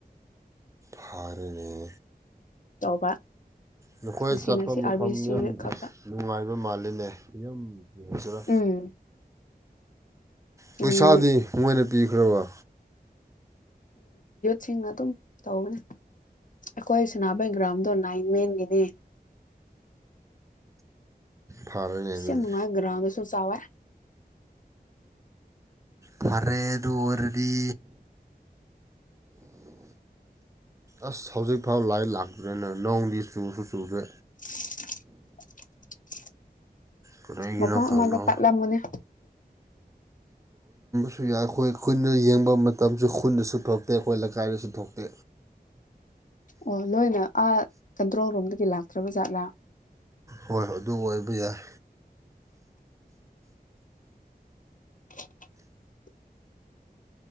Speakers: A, on the right; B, on the left.
A: ꯐꯥꯔꯦꯅꯦ
B: ꯇꯧꯕ
A: ꯅꯈꯣꯏ
B: ꯉꯁꯤꯅ
A: ꯆꯠꯄ
B: ꯁꯤ
A: ꯃꯐꯝ
B: ꯑꯥꯔ ꯕꯤ ꯁꯤ
A: ꯌꯥꯝ
B: ꯈꯛꯇ
A: ꯅꯨꯡꯉꯥꯏꯕ ꯃꯥꯜꯂꯤꯅꯦ ꯌꯥꯝ ꯁꯤꯅ
B: ꯎꯝ
A: ꯄꯩꯁꯥꯗꯤ
B: ꯎꯝ
A: ꯃꯣꯏꯅ ꯄꯤꯈ꯭ꯔꯕ
B: ꯁꯤꯡꯅ ꯑꯗꯨꯝ ꯇꯧꯕꯅꯤ ꯑꯩꯈꯣꯏ ꯁꯅꯥꯃꯍꯤ ꯒ꯭ꯔꯥꯎꯟꯗꯣ ꯅꯥꯏꯟ ꯃꯦꯟꯒꯤꯗꯤ
A: ꯐꯔꯦꯅꯦ ꯑꯗꯨꯅ
B: ꯁ ꯌꯥꯝ ꯅꯨꯉꯏ ꯒ꯭ꯔꯥꯎꯒꯁꯨ ꯆꯥꯎ ꯋꯦ
A: ꯐꯔꯦ ꯑꯗꯨꯑꯣꯏꯔꯗꯤ ꯑꯁ ꯍꯧꯖꯤꯛ ꯐꯥꯎ ꯂꯥꯏꯔꯤ ꯂꯥꯛꯇ꯭ꯔꯦꯅ ꯅꯣꯡꯗꯤ ꯆꯨꯁꯨ ꯆꯨꯗꯦ
B: <unintelligible>
A: ꯀꯔꯤꯒꯤꯅꯣ
B: ꯃꯐꯝ
A: ꯈꯪꯗꯦ
B: ꯑꯃꯗ ꯇꯠꯂꯝꯃꯅꯦ
A: ꯁꯨ ꯌꯥꯏ ꯑꯩꯈꯣꯏ ꯈꯨꯟꯅ ꯌꯦꯡꯕ ꯃꯇꯝꯁꯨ ꯈꯨꯟꯗꯁꯨ ꯊꯣꯛꯇꯦ ꯑꯩꯈꯣꯏ ꯂꯩꯀꯥꯏꯗꯁꯨ ꯊꯣꯛꯇꯦ
B: ꯑꯣ ꯂꯣꯏꯅ ꯑꯥ ꯀꯟꯇ꯭ꯔꯣꯜ ꯔꯨꯝꯗꯒꯤ ꯂꯥꯛꯇ꯭ꯔꯕ ꯖꯥꯠꯂꯥ
A: ꯍꯣꯏꯣꯏ ꯑꯗꯨ ꯑꯣꯏꯕ ꯌꯥꯏ
B: <unintelligible>